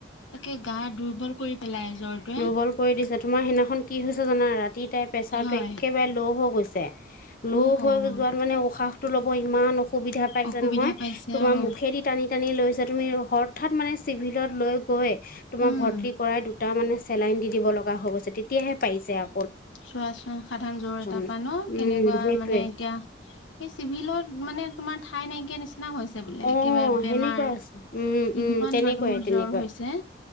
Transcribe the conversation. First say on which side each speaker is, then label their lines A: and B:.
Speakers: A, on the left (about 85°); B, on the left (about 45°).
A: একে গা দুৰ্বল কৰি পেলাই জ্বৰটোৱে।
B: কল কৰি দিছে তোমাৰ সেইদিনাখন কি হৈছে জানা, ৰাতি তাইৰ প্ৰেচাৰটো
A: হয়,
B: একেবাৰে ল' হৈ গৈছে, ল'
A: অ' হ'
B: হৈ যোৱাত মানে উশাহ টো ল'ব ইমান অসুবিধা পাইছে
A: অসুবিধা
B: নহয়
A: পাইছে
B: তোমাৰ
A: অ'।
B: মুখেদি টানি টানি লৈছে, তুমি হঠাৎ মানে চিভিলত লৈ গৈ তোমাৰ
A: উম,
B: ভৰ্তি কৰাই তাৰ মানে চেলাইন দি দিব লগা হৈ গৈছে তেতিয়াহে পাৰিছে আ
A: চোৱাচোন সাধাৰণ জ্বৰ এটাৰ
B: উম
A: পা ন কেনেকুৱা
B: সেইটোৱে
A: মানে এতিয়া সেই চিভিলত মানে তোমাৰ ঠাই নাইকিয়া নিচিনা হৈছে। হৈছে বোলে
B: অ
A: কিবা বেমাৰ,
B: সেনেকুৱা আছে উম উম
A: ইমান
B: তেনেকুৱাই
A: মানুহৰ
B: তেনেকুৱাই
A: জ্বৰ হৈছে।